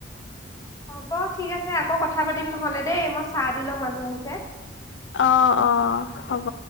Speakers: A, on the left; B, on the left.
A: হ'ব ঠিক আছে আকৌ কথা পাতিম নহ'লে দেই মই চাহ দি লওঁ মানুহ আহিছে।
B: অ', অ', হ'ব।